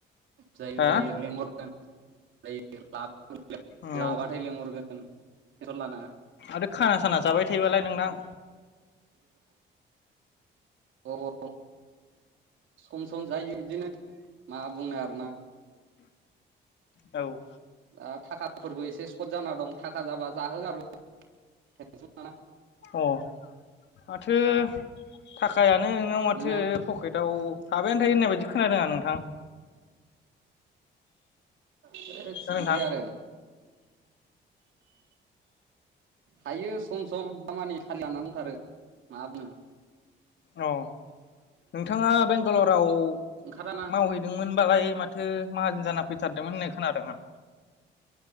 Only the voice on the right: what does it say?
जायो
जायो लेंहरगोन। <unintelligible> <unintelligible>
लाबाथाय लेंहरगोन। टेनसन लानाङा
औ औ सम सम जायो बिदिनो। मा बुंनो आरोना।
दा थाखाफोरबो एसे सर्ट जाना दं थाखा जाबा जाहोगोन टेनसन लाना
नोंना
होथस
इदि आरो। थायो सम सम दामानि खालि लानानै दंथारो माबुंनो।
ओंखारा ना